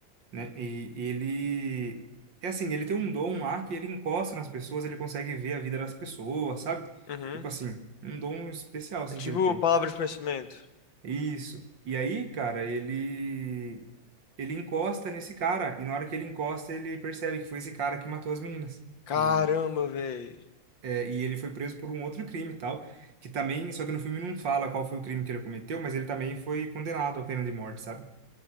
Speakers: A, on the right; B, on the left.
A: né? E ele. É assim, ele tem um dom lá que ele encosta nas pessoas, ele consegue ver a vida das pessoas, sabe?
B: uhum.
A: Tipo assim, um dom especial assim
B: É tipo
A: que ele tem.
B: palavra de conhecimento.
A: Isso. E aí, cara, ele ele encosta nesse cara e na hora que ele encosta, ele percebe que foi esse cara que matou as meninas,
B: Caramba,
A: que
B: velho.
A: é, e ele foi preso por um outro crime e tal, que também, só que no filme não fala qual foi o crime que ele cometeu, mas ele também foi condenado à pena de morte, sabe?